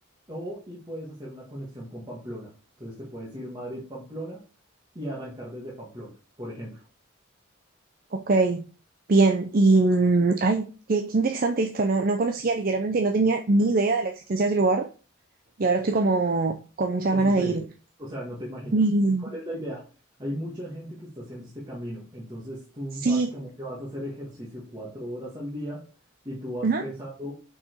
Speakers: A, on the right (about 20°); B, on the right (about 45°).
A: o y puedes hacer una conexión con Pamplona. Entonces te puedes ir Madrid-Pamplona y arrancar desde Pamplona, por ejemplo.
B: ok. Bien, y mm, ay, qué, qué interesante esto, no, no conocía literalmente, no tenía ni idea de la existencia de ese lugar. y ahora estoy como con muchas
A: Es
B: ganas
A: increíble.
B: de ir.
A: O sea, no te imaginas.
B: Y
A: ¿Y cuál es la idea? Hay mucha gente que está haciendo este camino. Entonces tú
B: sí,
A: básicamente vas a hacer ejercicio cuatro horas al día y tú vas
B: ajá,
A: pensando